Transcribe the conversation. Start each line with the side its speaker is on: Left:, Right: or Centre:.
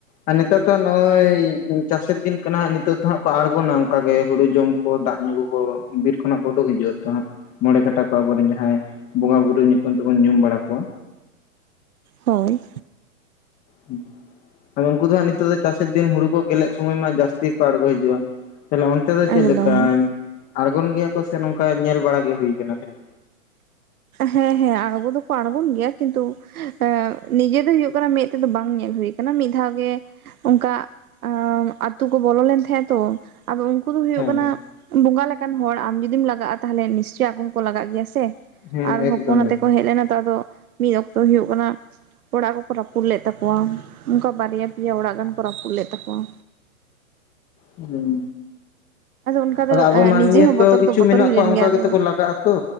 Left: ᱟᱨ ᱱᱮᱛᱟᱨ ᱫᱚ ᱦᱟᱸᱜ ᱱᱚᱜᱼᱚᱭ ᱪᱟᱥᱮᱨ ᱫᱤᱱ ᱠᱟᱱᱟ ᱦᱟᱸᱜ ᱱᱤᱛᱚᱜ ᱫᱚ ᱦᱟᱸᱜ ᱠᱚ ᱟᱬᱜᱚᱱᱟ ᱚᱱᱠᱟ ᱜᱮ ᱦᱩᱲᱩ ᱡᱚᱢ᱾ ᱫᱟᱜ ᱧᱩ ᱠᱚᱠᱚ, ᱵᱤᱨ ᱠᱷᱚᱱᱟᱜ ᱠᱚ, ᱩᱰᱩᱜ ᱦᱤᱡᱩᱜ ᱟᱛᱚ ᱦᱟᱸᱜ᱾ ᱢᱚᱬᱮ ᱠᱟᱴᱟ ᱠᱚ, ᱟᱵᱚᱨᱮᱱ ᱡᱟᱸᱦᱟᱭ, ᱵᱚᱸᱜᱟ ᱵᱩᱨᱩ ᱧᱩᱛᱩᱢ ᱛᱮᱵᱚᱱ ᱧᱩᱢ ᱵᱟᱲᱟ ᱠᱚᱣᱟ᱾
Right: ᱦᱳᱭ
Left: ᱦᱩᱸ, ᱟᱫᱚ ᱩᱱᱠᱩ ᱫᱚ ᱦᱟᱸᱜ ᱱᱤᱛᱚᱜ ᱫᱚ ᱦᱟᱸᱜ, ᱪᱟᱥᱮᱨ ᱫᱤᱱ ᱦᱩᱲᱩ ᱠᱚ, ᱜᱮᱞᱮᱜ ᱥᱚᱢᱚᱭ ᱢᱟ, ᱡᱟᱹᱟᱥᱛᱤᱼᱼ <unintelligible> ᱟᱲᱜᱚ ᱦᱤᱡᱩᱜᱼᱟ, ᱛᱟᱦᱞᱮ ᱚᱱᱛᱮ ᱫᱚ
Right: ᱮᱠᱫᱚᱢ
Left: ᱪᱮᱜ ᱞᱮᱠᱟ? ᱟᱬᱜᱚᱱ ᱜᱮᱭᱟ ᱠᱚ ᱥᱮ, ᱱᱚᱝᱠᱟ ᱧᱮᱞ ᱵᱟᱲᱟ ᱜᱮ ᱦᱩᱭ ᱟᱠᱟᱱᱟ, ᱠᱷᱟᱹᱞᱤ?
Right: ᱦᱮᱸ ᱦᱮᱸ, ᱟᱬᱜᱚ ᱫᱚᱠᱚ ᱟᱲᱜᱚᱱ ᱜᱮᱭᱟ, ᱠᱤᱱᱛᱩ, ᱮᱸ, ᱱᱤᱡᱮ ᱫᱚ ᱦᱩᱭᱩᱜ ᱠᱟᱱᱟ, ᱢᱮᱫ ᱛᱮᱫᱚ ᱵᱟᱝ ᱧᱮᱞ ᱦᱩᱭ ᱠᱟᱱᱟᱼᱼ ᱠᱟᱱᱟ ᱢᱤᱫ ᱫᱷᱟᱣ ᱜᱮ, ᱚᱱᱠᱟ, ᱟ, ᱟᱛᱩ ᱠᱚ ᱵᱚᱞᱚ ᱞᱮᱱ ᱛᱟᱦᱮᱸᱼᱟ, ᱛᱚ, ᱟᱫᱚ, ᱩᱱᱠᱩ ᱫᱚ ᱦᱩᱭᱩᱜ
Left: ᱦᱮᱸ
Right: ᱠᱟᱱᱟ, ᱵᱚᱸᱜᱟ ᱞᱮᱠᱟᱱ ᱦᱚᱲ, ᱟᱢ ᱡᱩᱫᱤᱢ, ᱞᱟᱜᱟᱜᱼᱟ ᱛᱟᱦᱚᱞᱮ, ᱱᱤᱥᱪᱳᱭ ᱟᱠᱚ ᱦᱚᱸᱠᱚ ᱞᱟᱜᱟᱜ ᱜᱮᱭᱟ, ᱥᱮᱼᱼ
Left: ᱦᱮᱸ
Right: ᱟᱨ,
Left: ᱮᱠᱫᱚᱢ
Right: ᱦᱚᱯᱚᱚᱱ ᱟᱛᱮᱜ
Left: ᱮᱠᱫᱚᱢ
Right: ᱠᱚ, ᱦᱮᱡ ᱞᱮᱱᱟ ᱛᱚ, ᱟᱫᱚ, ᱢᱤᱫ ᱚᱠᱛᱚ ᱦᱩᱭᱩᱜ ᱠᱟᱱᱟᱼᱼ ᱚᱲᱟᱜ ᱠᱚᱠᱚ ᱨᱟᱹᱯᱩᱫ ᱞᱮᱫ ᱛᱟᱠᱚᱣᱟ, ᱚᱱᱠᱟ ᱵᱟᱨᱭᱟᱼᱯᱮᱭᱟ ᱚᱲᱟᱜ ᱜᱟᱱ ᱠᱚ ᱨᱟᱹᱯᱩᱫ ᱞᱮᱫ ᱛᱟᱠᱚᱣᱟ᱾
Left: ᱦᱩᱸ
Right: ᱚᱱᱠᱟ ᱫᱚ
Left: ᱟᱫᱚ ᱟᱵᱚ ᱢᱟᱹᱱᱢᱤ
Right: ᱱᱤᱡᱮ ᱦᱚᱸ
Left: ᱦᱚᱛᱚ,
Right: ᱵᱚᱛᱚᱨ
Left: ᱠᱤᱪᱷᱩ
Right: ᱫᱚ ᱵᱚᱛᱚᱨ
Left: ᱢᱮᱱᱟᱜ
Right: ᱦᱩᱭ
Left: ᱠᱚᱣᱟ,
Right: ᱞᱮᱱ
Left: ᱚᱱᱠᱟ
Right: ᱜᱮᱭᱟ ᱟᱫᱚ
Left: ᱜᱮᱛᱚ ᱠᱚ ᱞᱟᱜᱟᱜ ᱟᱛᱚ᱾